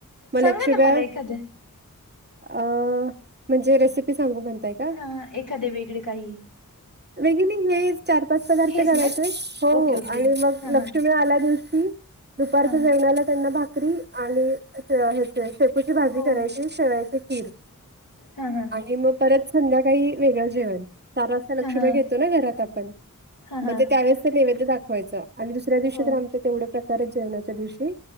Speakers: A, on the right; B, on the left.
A: मग
B: सांगा
A: लक्ष्म्या
B: ना मला एखाद्या
A: अ म्हणजे रेसिपी सांगू म्हणताय का?
B: हा एखादे वेगळे काही
A: बेगिनंग चार पाच पदार्थ
B: हेच
A: करायचेय
B: ना
A: हो
B: ओके ओके
A: आणि मग
B: हा
A: लक्ष्मी
B: हा
A: आल्या दिवशी दुपारच्या
B: हा
A: जेवणाला त्यांना भाकरी आणि श ची भाजी
B: हो
A: करायची शेवायची खीर
B: हा हा
A: आणि मग परत संध्याकाळी वेगळं जेवण सार वाजता लक्ष
B: हा हा
A: म घेतो ना घरात आपण
B: हा
A: मग
B: हा
A: ते त्यावेळेस ते नेवेद दाखवायचं आणि दुसऱ्या दिवशी
B: हो
A: तर आमच्या तेवढ्या प्रकारच जेवणाच्या दिवशी